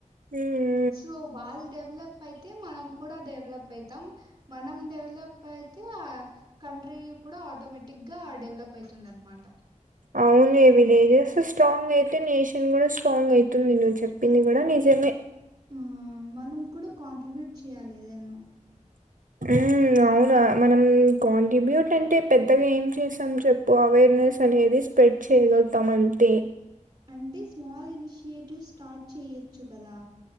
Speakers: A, on the right (about 80°); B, on the right (about 30°).
A: మ్మ్
B: సో వాళ్ డెవలప్ అయితే మనం కూడా డెవలప్ అయితాం మనం డెవలప్ అయి ఆ కంట్రీ కుడా ఆటోమెటిక్ గా డెవలప్ అయితుందన్మాట.
A: అవున్ యే విలేజెస్ స్ట్రాంగ్ అయితే నేషన్ కూడా స్ట్రాంగ్ అయితుందిగ చెప్పింది కూడా నిజమే.
B: ఆ మనం కూడ కాంట్రిబ్యూట్ చేయ్యాలి ఏదన్న.
A: ఊ అవునా మనం కాం డిబ్యూట్ అంటే పెద్దగా ఏం చేసాం చెప్పు అవేర్నెస్ అనేది స్ప్రెడ్ చేయగలుగుతాం అంతే.
B: అంటె స్మాల్ ఇనిషియేటివ్ స్టార్ట్ చేయొచ్చు కదా.